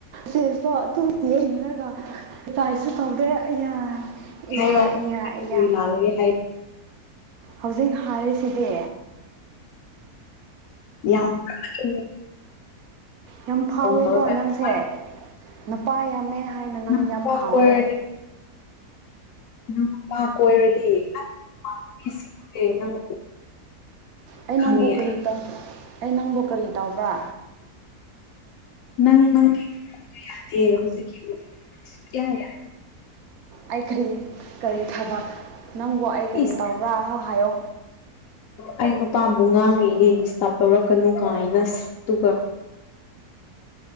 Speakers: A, on the right (about 70°); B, on the left (about 65°).
A: ꯁꯦꯁꯇꯣ ꯑꯗꯨ ꯇꯦꯔꯒ ꯄꯥꯥꯏꯁꯨ ꯇꯧꯗꯦ ꯏꯌꯥ
B: ꯍꯥꯏꯌꯣ
A: ꯏꯌꯥ ꯏꯌꯥ ꯏꯌꯥ
B: ꯂꯥꯜꯂꯒꯦ ꯍꯥꯏ
A: ꯍꯧꯖꯤꯛ ꯍꯥꯏꯔꯤꯁꯤꯗꯤ
B: ꯌꯥꯝ <unintelligible>
A: ꯌꯥꯝ ꯐꯥꯎꯋꯦꯀꯣ
B: ꯐꯣꯟ ꯇꯧꯔꯒ
A: ꯅꯪꯁꯦ
B: ꯑꯗꯨꯃꯥꯏꯅ
A: ꯅꯨꯄꯥ ꯌꯥꯝꯃꯦ ꯍꯥꯏꯅ ꯅꯪ
B: ꯅꯨꯄꯥ
A: ꯌꯥꯝ ꯐꯥꯎꯔꯦ
B: ꯀꯣꯏꯔꯗꯤ ꯅꯪ ꯅꯨꯄꯥ ꯀꯣꯏꯔꯗꯤ <unintelligible> ꯅꯪ
A: ꯑꯩ
B: ꯈꯪꯉꯦ
A: ꯅꯪꯕꯨ ꯀꯔꯤ ꯇꯧ ꯑꯩ ꯅꯪꯕꯨ ꯀꯔꯤ ꯇꯧꯕ꯭ꯔꯥ
B: ꯅꯪ ꯅꯪꯗꯤ ꯌꯥꯗꯦ <unintelligible> ꯍꯧꯖꯤꯛꯀꯤ ꯁꯨꯛꯌꯥ ꯌꯥ
A: ꯑꯩ ꯀꯔꯤ ꯀꯔꯤ ꯊꯕꯛ ꯅꯪꯕꯨ ꯑꯩ ꯀꯔꯤ
B: ꯏꯁ
A: ꯇꯕ꯭ꯔꯥꯅꯣ ꯍꯥꯏꯌꯣ
B: ꯑꯩ ꯅꯨꯄꯥꯕꯨ ꯉꯥꯡꯉꯤꯌꯦ ꯗꯤꯁꯇꯔꯕ ꯇꯧꯔꯛꯀꯅꯨ ꯀꯥꯏꯅ ꯁꯛꯇꯨꯒ